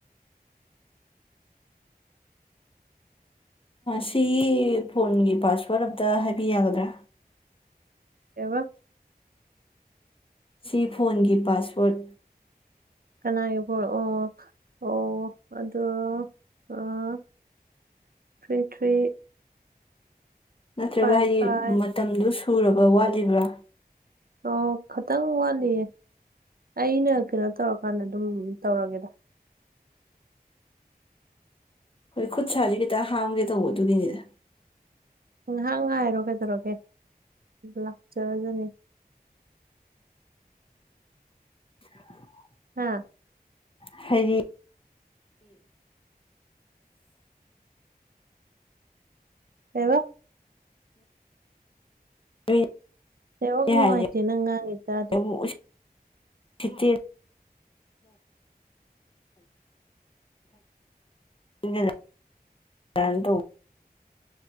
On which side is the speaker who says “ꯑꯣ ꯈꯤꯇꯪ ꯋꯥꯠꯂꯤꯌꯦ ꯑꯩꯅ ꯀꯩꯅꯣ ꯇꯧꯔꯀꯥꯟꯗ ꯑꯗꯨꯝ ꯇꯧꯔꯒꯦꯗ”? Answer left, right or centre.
Right